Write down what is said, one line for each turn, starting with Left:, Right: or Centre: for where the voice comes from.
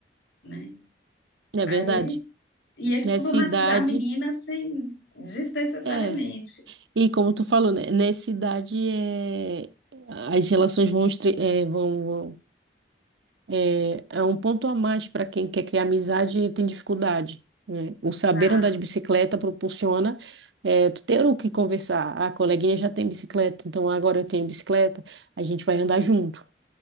Left: né?
Right: é
Left: Aí
Right: verdade.
Left: ia
Right: Nessa
Left: traumatizar
Right: idade
Left: a menina sem desnecessariamente.
Right: É, e como tu falou, né, nessa idade é, as relações vão, estre- é, vão, vão- é, é um ponto a mais para quem quer criar amizade e tem dificuldade, né? O saber
Left: Exato.
Right: andar de bicicleta proporciona é, tu ter o que conversar. Ah, A coleguinha já tem bicicleta, então agora eu tenho bicicleta, a gente vai andar junto,